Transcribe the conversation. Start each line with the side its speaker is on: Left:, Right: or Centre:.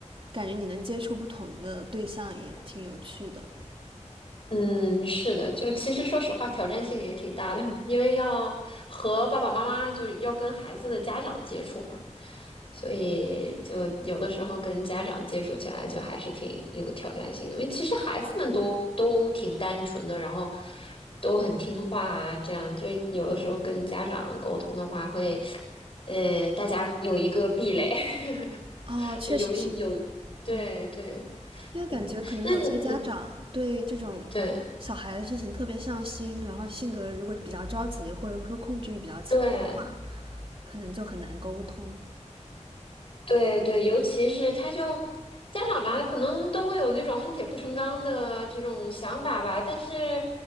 Right: 感觉你能接触不同的对象也挺有趣的。
Left: 嗯，是的，就其实说实话，挑战性也挺大的，<laughs> 因为要和爸爸妈妈，就要跟孩子的家长接触嘛，所以就有的时候跟家长接触起来，就还是挺有挑战性的。因为其实孩子们都都挺单纯的，然后都很听话啊，这样就有的时候跟家长沟通的话会，呃，大家有一个壁垒，
Right: 哦，
Left: <laughs>
Right: 确实是，
Left: 有一有，对对，
Right: 嗯。因为感觉可能有些家长对这种
Left: 嗯，那你嗯对
Right: 小孩的事情特别上心，然后性格如果比较着急，或者说控制欲比较强的话，
Left: 对。
Right: 可能就很难沟通。
Left: 对对，尤其是他就家长嘛，可能都会有那种恨铁不成钢的这种想法吧。但是，